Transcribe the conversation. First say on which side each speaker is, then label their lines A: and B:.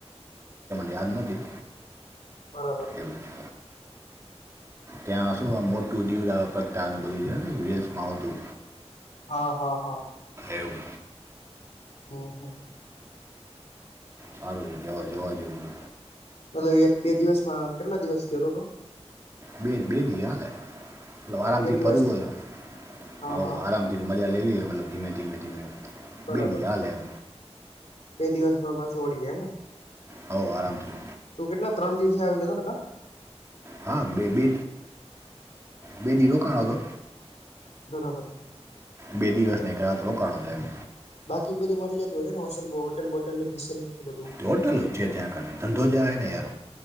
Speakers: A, on the right; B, on the left.
A: <unintelligible> યાદ નથી,
B: બરાબર
A: એવું છે. ત્યાં શું આમ મોટું દીવડા પ્રગટાવે ને બધું‌ રિલ્સમા આવતું.
B: હા હા હા
A: એવું
B: હમ્મ હમ્મ
A: સારું છે જવા જોવા જેવું
B: મતલબ એક બે દિવસમાં કેટલા દિવસ કરો તો
A: બે બે દિ હાલે, આરામથી
B: બે દિવસમાં
A: ફરવું હોય
B: હા
A: હવ
B: હા
A: આરામથી મજ લેવી હોય મતલબ ધીમે ધીમે ધીમે
B: બરાબર
A: બે દિ હાલે એમ
B: બે દિવસ માં પાસે ઓડી ગયા એમને,
A: હોવ આરામથી
B: તું કેટલા ત્રણ દિવસે આવી ગયો ને હ
A: હા બે બે બે દિ રોકાણો તો
B: બરાબર
A: બે દિવસને એક રાત રોકાણો છે એમ
B: બાકી બધું મળી જતું ને હોટેલ બોટેલની ફેસિલિટી બધું
A: હોટલુ જ છે ત્યા તો ધંધો છેને યાર